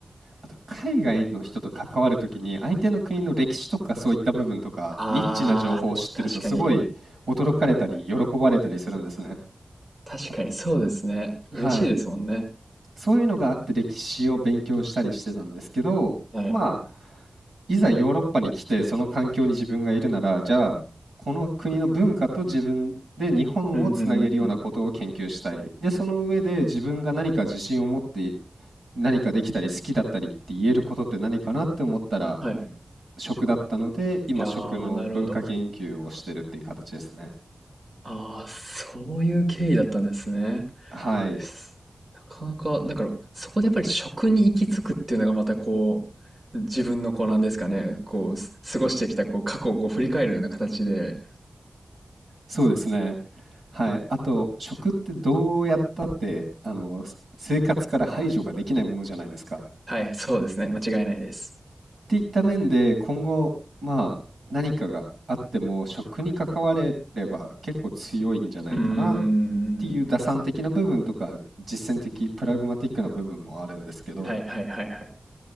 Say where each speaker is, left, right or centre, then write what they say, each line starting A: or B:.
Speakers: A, on the right (about 85°); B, on the right (about 45°).
A: あと、海外の人と関わるときに、相手の国の歴史とかそういった部分とか、
B: ああ、
A: ニッチな情報を知ってると、
B: た確かに。
A: すごい驚かれたり、喜ばれたりするんですね。
B: 確かにそうですね。
A: たはい。
B: 嬉しいですもんね。
A: そういうのがあって、歴史を勉強したりしてたんですけど、
B: はい。
A: まあ、いざヨーロッパに来て、その環境に自分がいるなら、じゃあ、この国の文化と自分で日本をつなげるようなことを研究したい。
B: うんうんうんうん。
A: で、その上で自分が何か自信を持って何かできたり好きだったりって言えることって何かなって思ったら、
B: はい。
A: 食だったので、今食の文化研究をしてるっていう形ですね。
B: いやー、なるほど。ああ、そういう経緯だったんですね。
A: はい、
B: すなかなか、だからそこでやっぱり食に行き着くっていうのがまたこう、自分のこうなんですかね、こう、す過ごしてきたこう過去をこう振り返るような形で、
A: そうですね。はい、あと食ってどうやったって、あの、す生活から排除ができないものじゃないですか。っ
B: はい、そうですね。間違いないです。
A: ていった面で、今後、まあ、何かがあっても食に関われれば結構強いんじゃないかなっ
B: うーん。
A: ていう打算的な部分とか、実践的、プラグマティックな部分もあるんですけど、
B: はいはいはいはい。